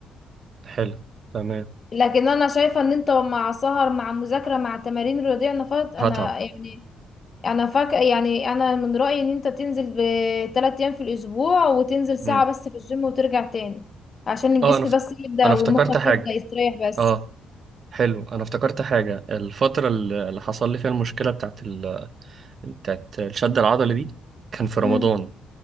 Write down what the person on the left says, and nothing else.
لكن انا شايفه ان انت مع سهر مع مذاكره مع تمارين رياضيه انا فات انا
يعني انا فاك يعني انا من رايي ان انت تنزل بثلاث ايام في الاسبوع وتنزل ساعه
بس في الجيم وترجع تاني عشان الجسم
بس يبدا
ومخك
يبدا يستريح بس
امم